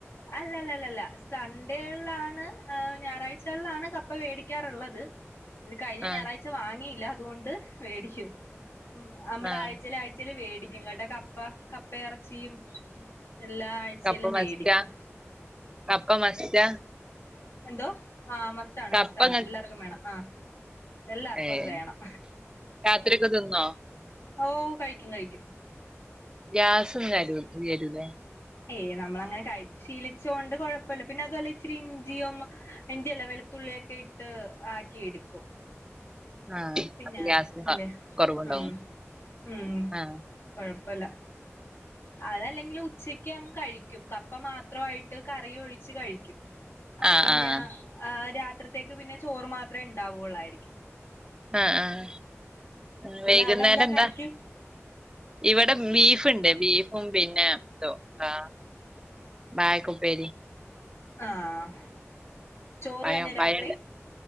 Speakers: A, on the left; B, on the right.
A: അല്ലല്ലല്ലല്ല സൺഡേകളിലാണ് ഞായറാഴ്ചകളിലാണ് കപ്പ വേടിക്കാറുള്ളത് <inaudible> ഇത് കഴിഞ്ഞ
B: ആഹ്
A: ഞായറാഴ്ച്ച വാങ്ങിയില്ല അതുകൊണ്ട് വേടിക്കും നമ്മള്
B: ആഹ്
A: ആയ്ചേൽ ആയ് ച്ചില് വേടിക്കും കപ്പ കപ്പയിറച്ചിയും എല്ലാ ആഴ്ചയിലും
B: കപ്പ മസ്റ്റാ
A: വേടിക്കും
B: കപ്പ മസ്റ്റാ
A: എന്തോ ആഹ് മസ്റ്റാണ്
B: കപ്പ
A: മസ്റ്റാണ്
B: ഇങ്ങ
A: എല്ലാർക്കും വേണം ആ എല്ലാർക്കും
B: ഏഹ്
A: അത് വേണം
B: രാത്രിയൊക്കെ തിന്നോ
A: ഓഹ് കഴിക്കും കഴിക്കും
B: ഗ്യാസും <unintelligible> ഇല്ലാരുന്നേ
A: ഏയ് നമ്മളങ്ങനെ കഴിച്ചു ശീലിച്ച് കൊണ്ട് കുഴപ്പമില്ല പിന്നെ അതുപോലെ ഇച്ചിരി ഇഞ്ചിയും ഇഞ്ചിയെല്ല വെള് തുള്ളിയൊക്കെ ഇട്ട് ആക്കി എടുക്കും
B: ആഹ്
A: പിന്നെ
B: അപ്പൊ ഗ്യാസിന്
A: അല്ലെ
B: കൊറവുണ്ടാവും
A: ഉം ഉം
B: ആഹ്
A: കൊഴപ്പൊല്ല അതല്ലെങ്കിൽ ഉച്ചക്ക് അങ്ങ് കഴിക്കും കപ്പ മാത്രമായിട്ട് കറി ഒഴിച്ച് കഴിക്കും അപ്പൊ
B: ആഹ്
A: പിന്നെ
B: ആഹ്
A: ആ രാത്രിത്തേക്ക് പിന്നെ ചോറ് മാത്രമേ ഉണ്ടാവുള്ളായിരിക്കും
B: ആഹ് ആഹ്
A: പിന്നെ
B: വൈകുന്നേരം
A: അവിടെ
B: എന്താ
A: കറിക്ക്
B: ഇവിടെ ബീഫ് ഇണ്ട് ബീഫ് പിന്ന ഏഹ് <unintelligible> ഉപ്പേരി
A: ആഹ് ചോറ്
B: പയം
A: തന്നെ
B: പയണ്ട്
A: രാത്രി